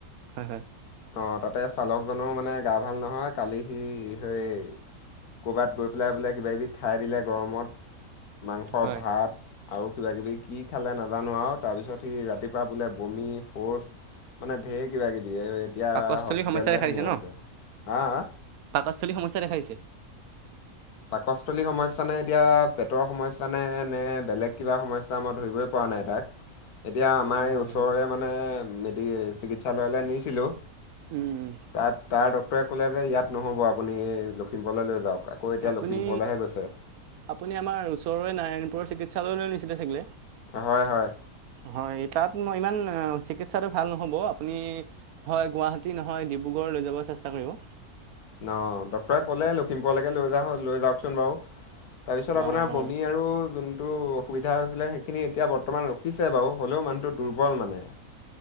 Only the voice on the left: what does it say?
অ তাতে চালকজনৰো মানে গা ভাল নহয় কালি সি সেই ক'ৰবাত গৈ পেলাই বোলে কিব কিবি খাই দিলে গৰমত মাংস
ভাত। আৰু কিবা কিবি কি খালে নাজানো আৰু তাৰপিছত সি ৰাতিপুৱা বোলে বমি শৌচ- মানে ঢেৰ কিবা কিবি। এতিয়া
হস্পিতেললৈহে
নিয়া
হৈছে হা হা।
পাকসস্থলী সমস্যা নে এতিয়া পেটৰ সমস্যা নে নে বেলেগ কিবা সমস্যা মই ধৰিবই পৰা পোৱা নাই তাক এতিয়া আমাৰ
এই
ওচৰৰে
মানে মেডিক চিকিৎসালয়লৈ নিছিলোঁ।
তাত তাৰ ডক্টৰে কলে যে ইয়াত নহ'ব আপুনি এই লখিমপুৰলৈ লৈ যাওক। আকৌ এতিয়া
লখিমপুৰলৈহে গৈছে।
হয় হয়
ন ডক্টৰেট ক'লে লখিমপুৰলৈকে লৈ যা লৈ যাওকচোন বাও। তাৰপিছত আপোনাৰ
বমি আৰু যোন টো অসুবিধা হৈছিলে সেইখিনি এতিয়া বৰ্তমান ৰখিছে বাৰু হ'লেও মানুহটো দুৰ্বল মানে।